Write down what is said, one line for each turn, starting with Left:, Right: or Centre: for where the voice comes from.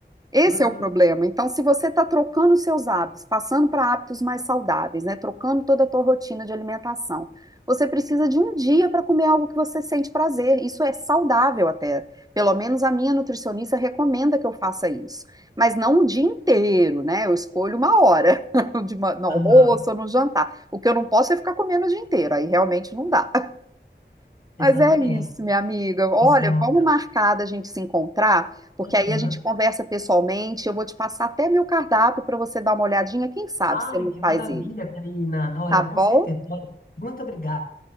Right: Esse
Left: uhum,
Right: é o problema. Então, se você está trocando seus hábitos, passando para hábitos mais saudáveis, né, trocando toda a tua rotina de alimentação, você precisa de um dia para comer algo que você sente prazer. Isso é saudável até. Pelo menos a minha nutricionista recomenda que eu faça isso. Mas não o dia inteiro, né? Eu escolho uma hora, <laughs> de ma- no almoço
Left: aham,
Right: ou no jantar. O que eu não posso é ficar comendo o dia inteiro. Aí realmente não dá.
Left: exatamente.
Right: Mas é isso, minha amiga. Olha,
Left: Esse é o-
Right: vamos marcar da gente se encontrar, porque
Left: Aham.
Right: aí a gente conversa pessoalmente. Eu vou te passar até meu cardápio para você dar uma olhadinha. Quem sabe
Left: Ai,
Right: você não
Left: que
Right: faz
Left: maravilha,
Right: ele,
Left: Karina. Olha,
Right: tá bom?
Left: com certeza. Olha, Muito obrigado.